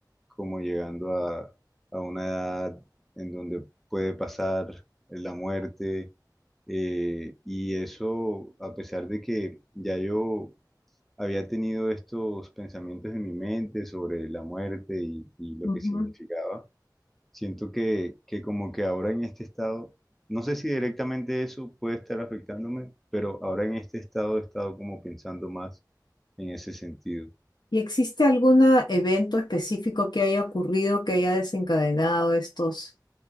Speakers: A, in the centre; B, on the left.
A: como llegando a, a una edad en donde puede pasar la muerte. eh, y eso, a pesar de que ya yo había tenido estos pensamientos en mi mente sobre la muerte y y lo
B: ujú.
A: que significaba Siento que, que como que ahora en este estado, no sé si directamente eso puede estar afectándome, pero ahora en este estado he estado como pensando más en ese sentido.
B: ¿Y existe algún evento específico que haya ocurrido que haya desencadenado estos,